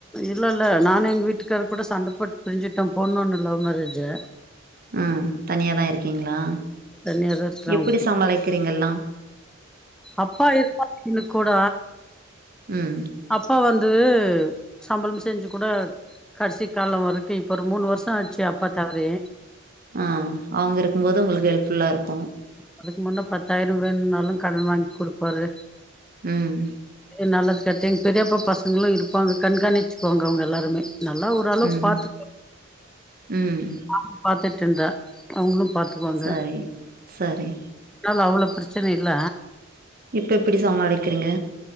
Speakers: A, in the centre; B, on the right.
A: இல்ல இல்ல நானு எங்க வீட்டுக்காரர் கூட சண்ட போட்டு பிரிஞ்சுட்டுதா போனோனு லவ் மேரேஜு
B: அ தனியாதா இருக்கீங்ளா
A: தனியா தா இருக்குறோ
B: எப்டி
A: அவங்க கிட்ட
B: சமாளிக்கிறீங்கெல்லா
A: அப்பா இருந்தாரு <inaudible> கூட
B: ம்
A: அப்பா வந்து சம்பளம் செஞ்சு கூட கடைசி காலோ வரைக்கு இப்ப ஒரு மூணு வருஷோ ஆச்சு அப்பா தவறி
B: ஆ அவுங்க இருக்கும்போது உங்களுக்கு ஹெல்ப்ஃபுல்லாருக்கு
A: அதுக்கு முன்னா பத்தாயிரு வேன்னாலு கடன் வாங்கி குடுப்பாரு
B: ம்
A: நல்லது கட்டிங்க பெரியப்பா பசங்களும் இருப்பாங்க கண்காணிச்சுக்கோங்க அவங்க எல்லாருமே நல்லா ஒரு அளவுக்கு
B: ம்,
A: பாத்துப்
B: ம்
A: பா பாத்துட்டுருந்தா அவுங்களு பாத்துவாங்க
B: சரி, சரி.
A: நல்லா அவ்ளோ பிரச்சன இல்ல
B: இப்ப எப்டி சமாளிக்கிறிங்க